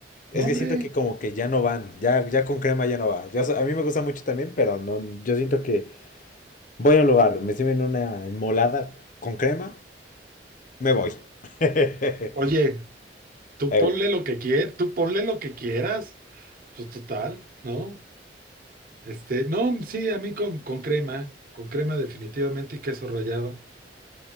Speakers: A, on the left (about 45°); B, on the right (about 55°).
A: Es
B: No,
A: que
B: hombre.
A: siento que como que ya no van, ya, ya con crema ya no va. Yo, so- a mí me gusta mucho también, pero no, yo siento que voy a un lugar, me sirven una enmolada con crema, me voy. <laughs>
B: Oye, tú
A: Ew.
B: ponle lo que quieras, tú ponle lo que quieras. Pues total, ¿no? Este, no, sí, a mí con, con crema, con crema definitivamente y queso rallado.